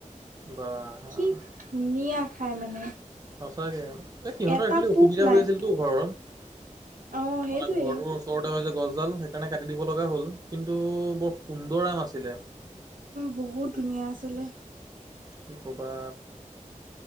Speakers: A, on the right; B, on the right.
A: বা।
B: কি ধুনীয়া খাই মানে
A: সঁচাকৈ এই সিহঁতৰ
B: এটা
A: একচেলি
B: পোক
A: অসুবিধা
B: নাই
A: হৈ আছিলতো ঘৰত
B: অ সেইটোৱে
A: মানে ঘৰটোৰ ওচৰতে হৈ গছডাল সেইকাৰণে কাটি দিব লগা হ'ল কিন্তু বৰ সুন্দৰ আম আছিলে
B: বহুত ধুনীয়া আছিলে
A: কি ক'বা